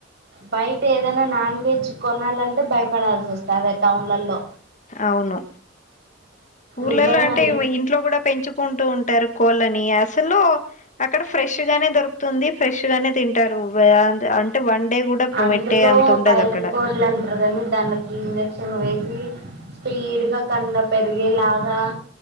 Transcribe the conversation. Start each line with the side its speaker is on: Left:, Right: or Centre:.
Right: బయట ఏదైనా నాన్వెజ్ కొనాలంటే భయపడాల్సి వస్తుంది అదే టౌన్లలో
Left: అవును ఊర్లలో
Right: నిజంగండి
Left: అంటే ఇవి ఇ ఇంట్లో కూడా పెంచుకుంటూ ఉంటారు కోళ్ళని అసలు అక్కడ ఫ్రెష్ గానే దొరుకు ంది ఫ్రెష్ గానే తింటారు అంటే వన్ డే కూడా
Right: అందులో
Left: పెట్టే అంత ఉండదు
Right: బాయిలర్కొల్లు
Left: అక్కడ
Right: అంటరు కానీ దానికి ఇంజక్షన్ వేసి స్పీడ్గా కండ పెరిగేలాగా